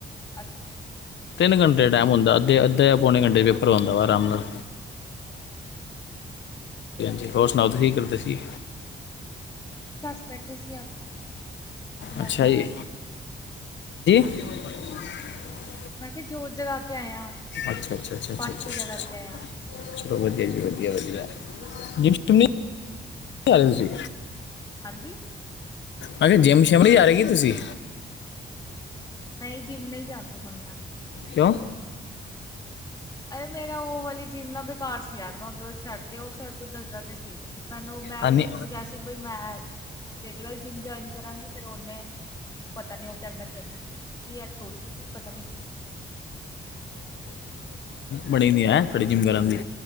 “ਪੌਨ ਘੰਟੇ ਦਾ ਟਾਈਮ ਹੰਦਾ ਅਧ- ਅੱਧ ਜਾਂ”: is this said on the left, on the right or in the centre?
Left